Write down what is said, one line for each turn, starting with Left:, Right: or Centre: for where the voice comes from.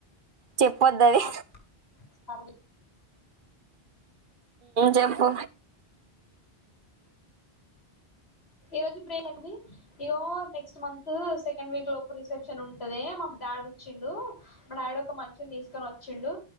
Right: చెప్పొద్ద అది
Left: ఆ సర్లే
Right: జంపో
Left: ఈ రోజు బ్రే ఏమి ఇగో నెక్స్ట్ మంత్ సెకండ్ వీక్ లోపు రిసెప్షన్ ఉంటది మా డాడ వచ్చిండు మా డాడీ ఒక మనిషిని తీసుకొని వచ్చిండు